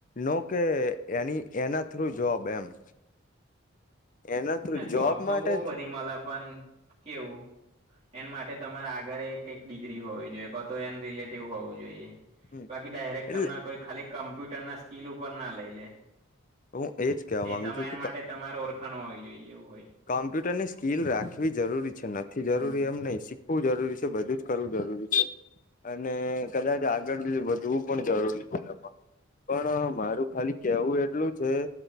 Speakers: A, on the left; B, on the right.
A: નો કે એની એના થ્રુ જોબ એમ. એના થ્રુ
B: હ જોબ તો
A: માટે
B: બહુ
A: જ
B: બધી મલે પણ કેવું એના માટે તમારે આગળ એ. કઈક ડિગ્રી હોવી જોઈએ ક તો એન રિલેટિવ હોવું જોઈએ
A: હ
B: બાકી ડાયરેક્ટ તમને
A: એટલે
B: કોઈ ખાલી કમ્પ્યુટર ના સ્કીિલુ ઉપર ના લઈ લે
A: હું એજ કહેવા
B: એ
A: માંગુ
B: તમા
A: છું
B: માટે. મારે ઓરખાણો હોવી જોઈએ એવું હોય.
A: કમ્પ્યુટર ની સ્કીિલ રાખવી જરૂરી છે નથી જરૂરી
B: હમ
A: એમ નહી શી. શીખવું જરૂરી છે બધું જ કરવું જરૂરી છે. અને કદાચ આગળ બી વધવું પણ જરૂરી છે એમાં. પણ મારું ખાલી કેવું એટલું છે